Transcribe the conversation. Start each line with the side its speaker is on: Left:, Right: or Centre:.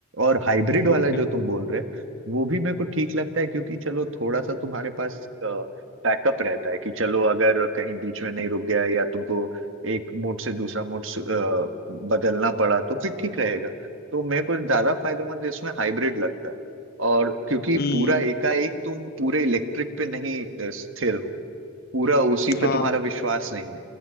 Right: और हाइब्रिड वाला
Left: ओके
Right: जो तुम बोल रहे हो वो भी मेरे को ठीक लगता है क्योंकि चलो थोड़ा सा तुम्हारे पास बैकअप रहता है कि चलो अगर कहीं बीच में नहीं रुक गया या तुमको एक मोड से दूसरा मोड स- अ, बदलना पड़ा तो फिर ठीक रहेगा तो मेरे को ज्यादा फायदेमंद इसमें हाइब्रिड लगता है और क्योंकि
Left: हम्म
Right: पूरा एकाएक तुम पूरे इलेक्ट्रिक पे नहीं अ, स्थिर हो पूरा उसी
Left: हाँ
Right: पे तुम्हारा विश्वास नहीं